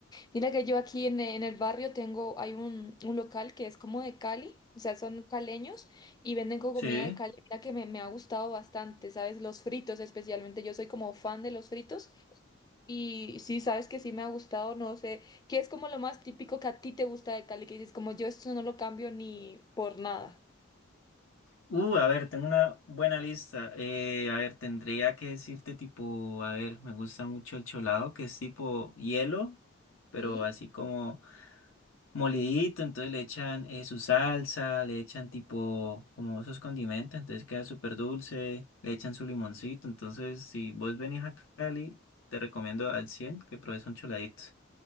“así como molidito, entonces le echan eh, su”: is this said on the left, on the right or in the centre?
Left